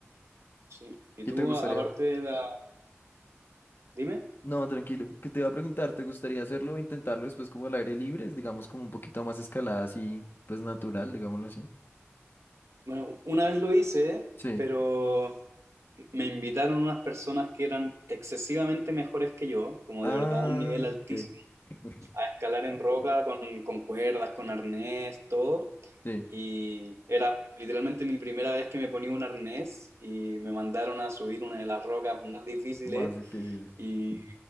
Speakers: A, on the right; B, on the left.
A: sí. ¿Y
B: ¿Y
A: tú,
B: te gustaría
A: a- aparte de la... Dime?
B: No, tranquilo. Que te iba a preguntar, ¿te gustaría hacerlo o intentarlo después como al aire libre? Digamos como un poquito más escalada así, pues natural, digámoslo así.
A: Bueno, una vez lo hice,
B: Sí.
A: pero me invitaron unas personas que eran excesivamente mejores que yo, como
B: Ah,
A: de verdad un nivel altísimo
B: ok. <laughs>
A: a escalar en roca con, con cuerdas, con arnés, todo.
B: Sí,
A: Y era literalmente mi primera vez que me ponía un arnés y me mandaron a subir una de las rocas más difíciles
B: más difíciles.
A: y